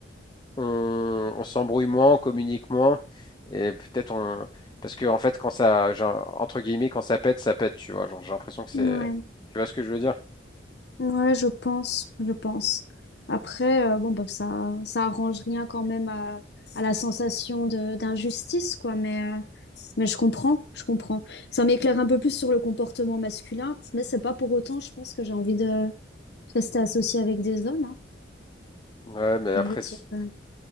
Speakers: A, on the left; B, on the left.
A: on, on s'embrouille moins, on communique moins, et peut-être on. Parce que, en fait, quand ça, genre, entre guillemets, quand ça pète, ça pète, tu vois. Genre, j'ai l'impression que c'est.
B: Ouais.
A: Tu vois ce que je veux dire?
B: Ouais, je pense, je pense. Après, euh, bon, bah, ça, ça arrange rien quand même à, à la sensation de d'injustice, quoi. Mais, euh, mais je comprends, je comprends. Ça m'éclaire un peu plus sur le comportement masculin, mais c'est pas pour autant, je pense que j'ai envie de rester associée avec des hommes, hein.
A: Ouais, mais après,
B: Je veux dire,
A: c'est-
B: euh,